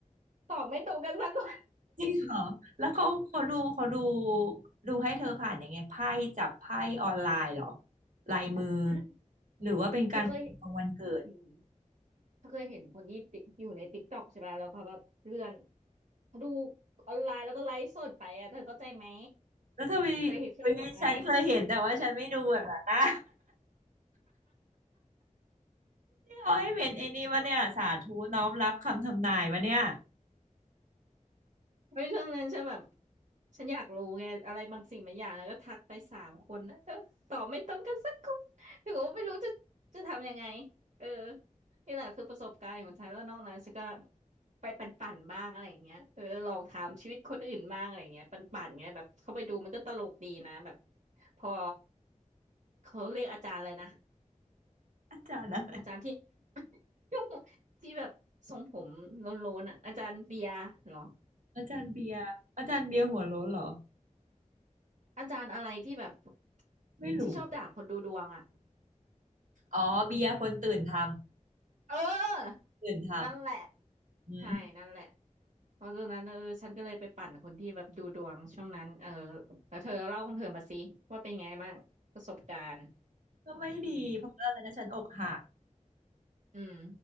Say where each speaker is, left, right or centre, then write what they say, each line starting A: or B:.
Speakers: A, on the right; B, on the right.
A: ตอบไม่ตรงกันสักคน
B: จริงเหรอแล้วเขาเขาดูเขาดูดูให้เธอผ่านยังไงไพ่จับไพ่ออนไลน์เหรอลายมือ
A: <laughs> มา
B: หรือว่าเป็นการของวันเกิด
A: เธอเคยอืมเธอเคยเห็นคนที่ติอยู่ในติ๊กต็อกใช่ไหม แล้วเขาแบบเลื่อนเขาดูออนไลน์แล้วก็ไลฟ์สดไปอ่ะเธอเข้าใจไหม
B: แล้วทำไม
A: เคยเห็นเคยเห็นไหม
B: เอ้ยฉันเคยเห็นแต่ว่าฉันไม่ดูแบบนั้นนะี่ <laughs> เขาให้เป็นไอ้นี่วะเนี่ยสาธุน้อมรับคำทำนายวะเนี่ย
A: เฮ้ยช่วงนั้นฉันแบบฉันอยากรู้ไงอะไรบางสิ่งบางอย่างแล้วก็ทักไปสามคนนะเออตอบไม่ตรงกันสักคนแต่ก็ไม่รู้จะจะทำยังไงเออนี่แหละคือประสบการณ์ของฉันแล้วนอกนั้นฉันก็ไปปั่นๆบ้างอะไรอย่างเงี้ยเออลองถามชีวิตคนอื่นบ้างอะไรอย่างเงี้ยปั่นๆไงแบบเข้าไปดูมันก็ตลกดีนะแบบพอเขาเรียกอาจารย์อะไรนะ
B: อาจารย์อะไร
A: อาจารย์ที่ <coughs> <laughs> ที่แบบทรงผมโล้นๆอ่ะอาจารย์เบียร์เหรอ
B: อาจารย์เบียร์อาจารย์เบียร์หัวโล้นเหรอ
A: อาจารย์อะไรที่แบบ
B: ไม่รู้
A: ที่ชอบด่าคนดูดวงอ่ะ
B: อ๋อเบียร์คนตื่นท
A: เออ
B: ำตื่นท
A: นั่นแหละ
B: ำอื
A: ใช่นั่นแหละเพราะตอนนั้นเออฉันก็เลยไปปั่นคนที่แบบดูดวงช่วงนั้นเออแล้วเธอเล่าของเธอมาสิว่าเป็นไงบ้างประสบการณ์
B: ก็ไม่ดีเพราะว่าตอนนั้นฉันอกหัก
A: อืม